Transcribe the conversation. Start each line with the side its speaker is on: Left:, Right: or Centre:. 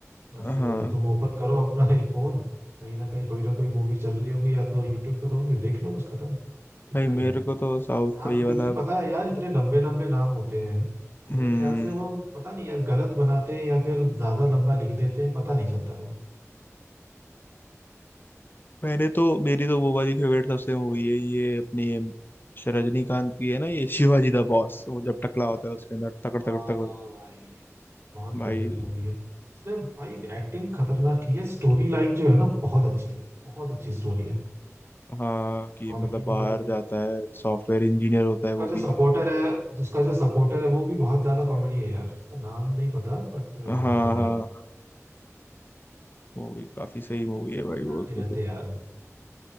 Right: बस
Left: हाँ
Right: अ, तुम ओपन करो अपना ये फोन कहीं ना कहीं कोई ना कोई मूवी चल रही होगी या तो यूट्यूब पे होगी देख लो बस खत्म इतना
Left: भाई
Right: ही
Left: मेरे
Right: है
Left: को तो साउथ
Right: नाम
Left: का ये
Right: क्योंकि
Left: वाला
Right: पता है यार इतने लंबे लंबे नाम होते हैं मेरे
Left: हम्म
Right: ख्याल से वो पता नहीं यार गलत बनाते हैं या फिर ज्यादा लंबा लिख देते हैं पता नहीं चलता है वो
Left: मैंने तो मेरी तो वो वाली फेवरेट सबसे मूवी है ये अपनी अम, श- रजनीकांत की है ना ये शिवाजी द बॉस वो जब टकला होता है उसके अंदर तकड़
Right: हाँ
Left: तकड़ तकड़
Right: भाई बहुत
Left: भाई
Right: फेवरेट मूवी है उसने भाई एक्टिंग खतरनाक की है स्टोरी लाइन जो है ना बहुत अच्छी है बहुत अच्छी स्टोरी है
Left: हाँ कि
Right: कॉमेडी
Left: मतलब
Right: भी
Left: बाहर
Right: है
Left: जाता है सॉफ्टवेयर इंजीनियर होता
Right: उसका
Left: है वो
Right: जो
Left: भी
Right: सपोर्टर है जिसका जो सपोर्टर है वो भी बहुत ज्यादा कॉमेडी है यार उसका नाम नहीं पता बट बहुत
Left: हाँ हाँ
Right: बढ़िया
Left: हाँ
Right: आदमी है
Left: वो भी काफी सही मूवी है भाई
Right: आप याद
Left: वो
Right: नहीं
Left: तो,
Right: रहते
Left: तो।
Right: यार